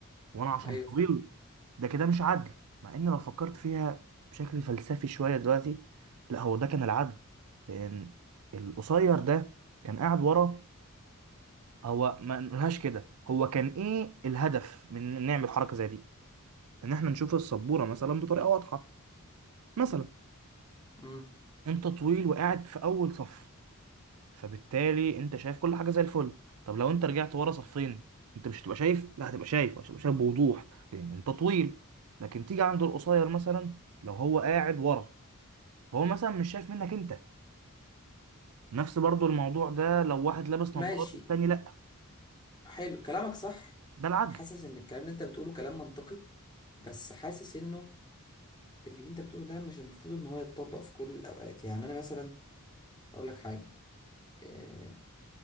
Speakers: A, on the right; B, on the left.
A: وانا عشان
B: ايوه
A: طويل
B: فاهم
A: ده كده مش عدل مع ان لو فكرت فيها بشكل فلسفي شوية دلوقتي لا هو ده كان العدل لان القصير ده كان قاعد ورا هو ما نقولهاش كده هو كان ايه الهدف من إن نعمل حركة زي دي ان احنا نشوف السبورة مثلا بطريقة واضحة مثلا
B: مم.
A: انت طويل وقاعد في اول صف فبالتالي انت شايف كل حاجه زي الفل طب لو انت رجعت ورا صفين انت مش هتبقى شايف لا هتبقى شايف هتبقى شايف بوضوح لان انت طويل لكن تيجي عند القصير مثلا لو هو قاعد ورا هو مثلا مش شايف منك انت نفس برضو الموضوع ده لو واحد لابس
B: ماشي
A: نظارة والتاني لا
B: حلو كلامك صح
A: ده العدل
B: وحاسس ان الكلام اللي انت بتقوله كلام منطقي بس حاسس انه اللي انت بتقوله ده مش المفروض ان هو يتطبق في كل الاوقات يعني انا مثلا هقول لك حاجه آه،